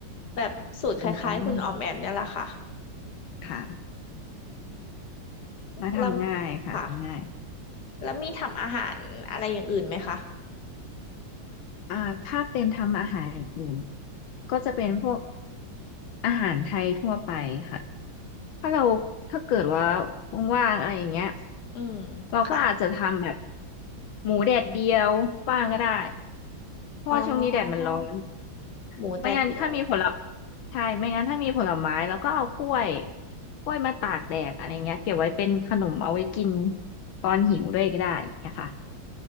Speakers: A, on the left; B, on the left.
A: แบบสูตรคล้ายๆคุณออมแอมเนี่ยแหละค่ะ
B: อืมค่ะมาทำง่ายค่ะทำง่าย
A: แล้วค่ะแล้วมีทำอาหารอะไรอย่างอื่นไหมคะ
B: อ่าถ้าเป็นทำอาหารอย่างอื่นก็จะเป็นพวกอาหารไทยทั่วไปค่ะถ้าเราถ้าเกิดว่าว่างๆอะไรอย่างเงี้ย
A: อืมค่ะ
B: เราก็อาจจะทำแบบหมูแดดเดียวบ้างก็ได้เพราะว่าช่วงนี้แดดมันร้อน
A: อ๋อหมูแดดเดียว
B: ไม่งั้นถ้ามีผลใช่ไม่งั้นถ้ามีผลไม้แล้วก็เอากล้วยกล้วยมาตากแดดอะไรเงี้ยเก็บไว้เป็นขนมเอาไว้กินตอนหิวด้วยก็ได้อย่างเงี้ยค่ะ